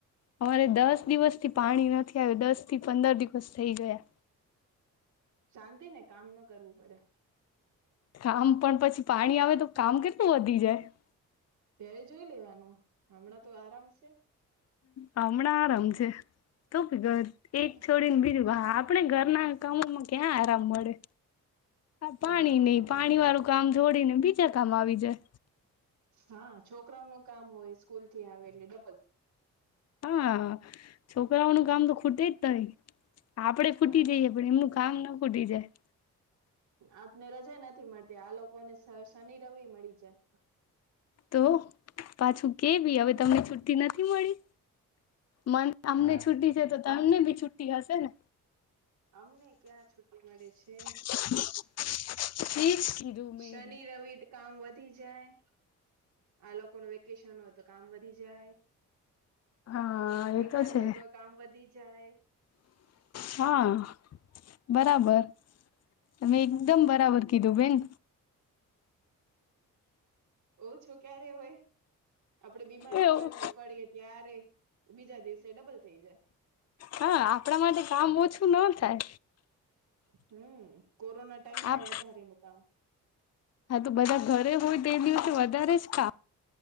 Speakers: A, on the left; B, on the right.
A: અમારે દસ દિવસથી પાણી નથી આવ્યું દસ થી પંદર દિવસ થઈ ગયા.
B: શાંતિ ને કામ ન કરવું પડે.
A: કામ પણ પછી પાણી આવે તો કામ કેટલું વધી જાય.
B: ત્યારે જોઈ લેવાનું હમણાં તો આરામ છે.
A: હમણાં આરામ છે તો ભી
B: હા
A: એક છોડી ને બીજું આપણે ઘરના કામોમાં ક્યાં આરામ મળે પાણી
B: કે હા આરામ
A: નહી પાણી
B: મળે
A: વાળું. કામ છોડી ને બીજા કામ આવી જાય.
B: હા છોકરાઓનું કામ હોય સ્કૂલથી આવે એટલે ડબલ
A: હા છોકરાઓનું કામ તો ખૂટે જ નઈ આપડે ફૂટી
B: હા
A: જઈએ પણ એમનું કામ ના ફૂટી જાય.
B: આપને રજા નથી મળતી આ લોકોને શ શનિ રવિ મળી જાય.
A: તો પાછું કેવી હવે તમને છુટ્ટી નથી મળી મન અમને
B: હા
A: છુી છે તો તમને બી છુ્ટી હશે ને
B: અમને ક્યાં છુી મળે છે.
A: <inaudible>
B: શનિ
A: બી
B: રવિ- -કામ વધી જાય આ લોકોનું વેકેશન હોય તો કામ વધી જાય-
A: હા
B: બીમાર
A: એ તો છે
B: હોય તોય કામ વધી જાય
A: હા બરાબર તમે એકદમ
B: છે ને
A: બરાબર કીધું બેન
B: ઓ છું ક્યારે હોય <inaudible> આપડે બીમાર
A: એવું
B: પડીએ ત્યારે બીજા દિવસે ડબલ થઈ જાય
A: હા આપણા માટે કામ ઓછું ન થાય
B: હમ કોરોના ટાઈમમાંય
A: આપ
B: એ વધારે નું કામ
A: હા તો બધાં ઘરે હોય તે દિવસે વધારે જ કામ